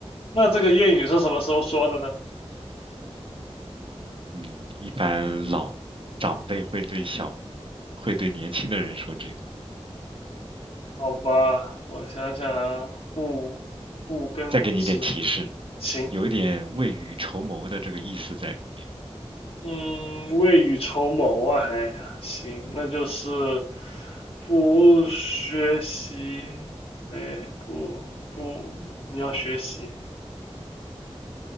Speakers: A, on the left (about 60°); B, on the right (about 55°).
A: 那这个谚语是什么时候说的呢？
B: 嗯，一般老长辈会对小，会对年轻的人说这个。
A: 好吧，我想想啊，不不跟纸，
B: 再给你一点提示。
A: 行，
B: 有一点未雨绸缪的这个意思在里面。
A: 嗯，未雨绸缪啊，还行，
B: 嗯，
A: 那就是不学习，哎，不不，你要学习，